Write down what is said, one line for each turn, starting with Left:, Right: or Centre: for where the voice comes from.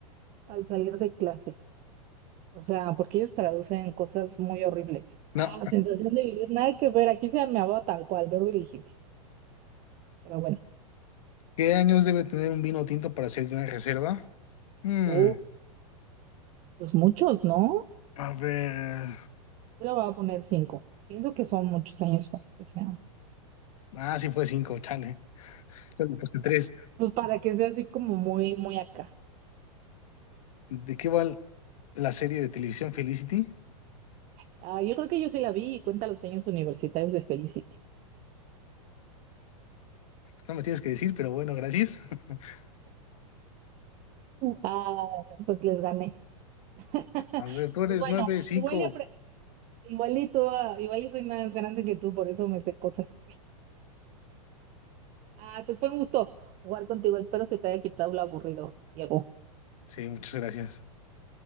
Right: al salir de clase. O sea, porque ellos traducen cosas muy horribles.
Left: No.
Right: Ah, La sensación de vivir, nada que ver. Aquí se me va tal cual, Beverly Hills. Pero bueno,
Left: ¿Qué años debe tener un vino tinto para ser de una reserva? Hmm.
Right: uh, pues muchos, ¿no?
Left: a ver.
Right: Yo le voy a poner cinco. Pienso que son muchos años para que sea,
Left: Ah, sí fue cinco, chale. Yo le puse tres.
Right: pues para que sea así como muy, muy acá.
Left: ¿De qué va la serie de televisión Felicity?
Right: Ah, yo creo que yo sí la vi y cuenta los años universitarios de Felicity.
Left: No me tienes que decir, pero bueno, gracias. <laughs>
Right: Ah, pues les gané. <laughs>
Left: A ver, tú eres
Right: Pues bueno,
Left: nueve, cinco.
Right: igual y, apre- igual y tú, ah, igual y soy más grande que tú, por eso me sé cosas. Ah, pues fue un gusto jugar contigo. Espero se te haya quitado lo aburrido, Diego.
Left: Sí, muchas gracias.